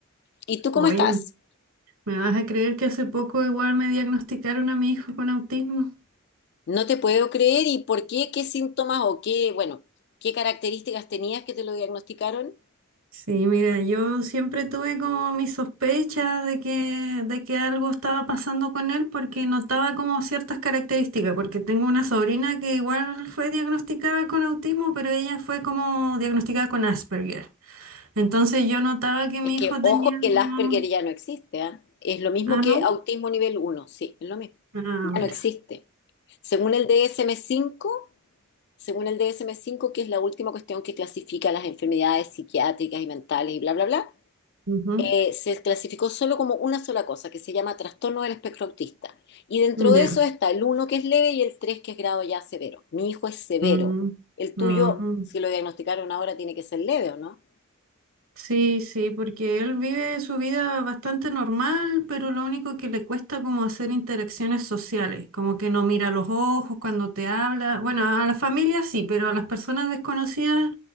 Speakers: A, on the left; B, on the right.
A: ¿Y tú cómo
B: Oye,
A: estás?
B: ¿me vas a creer que hace poco igual me diagnosticaron a mi hijo con autismo?
A: No te puedo creer y por qué, qué síntomas o qué, bueno, qué características tenías que te lo diagnosticaron.
B: Sí, mira, yo siempre tuve como mis sospechas de que, de que algo estaba pasando con él porque notaba como ciertas características, porque tengo una sobrina que igual fue diagnosticada con autismo, pero ella fue como diagnosticada con Asperger. Entonces yo notaba que mi
A: Es que,
B: hijo tenía
A: ojo, que el
B: como...
A: Asperger ya no existe, ¿ah? Es lo mismo
B: Ah,
A: que
B: ¿no?
A: autismo nivel uno sí, es lo mismo,
B: Ah,
A: ya
B: mira,
A: no existe. Según el dsm cinco según el DSM-5, que es la última cuestión que clasifica las enfermedades psiquiátricas y mentales y bla, bla, bla,
B: ya.
A: eh, se clasificó solo como una sola cosa, que se llama trastorno del espectro autista. Y dentro
B: Ya.
A: de eso está el uno que es leve y el tres que es grado ya severo. Mi hijo es severo.
B: Mm,
A: El tuyo,
B: mm.
A: si lo diagnosticaron ahora, tiene que ser leve, ¿o no?
B: Sí, sí, porque él vive su vida bastante normal, pero lo único que le cuesta como hacer interacciones sociales, como que no mira a los ojos cuando te habla. Bueno, a la familia sí, pero a las personas desconocidas